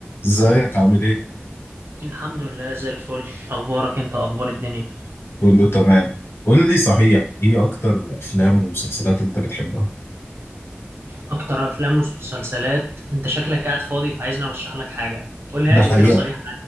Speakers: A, on the left; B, on the right.
A: ازيك عامل ايه؟
B: الحمد لله زي الفل اخبارك انت اخبار الدنيا
A: كله تمام قول لي صحيح ايه اكتر افلام ومسلسلات انت بتحبها؟
B: اكتر افلام ومسلسلات انت شكلك قاعد فاضي فعايزني ارشح لك حاجه قولها
A: ده
B: لي
A: حقيقة
B: كده صريحه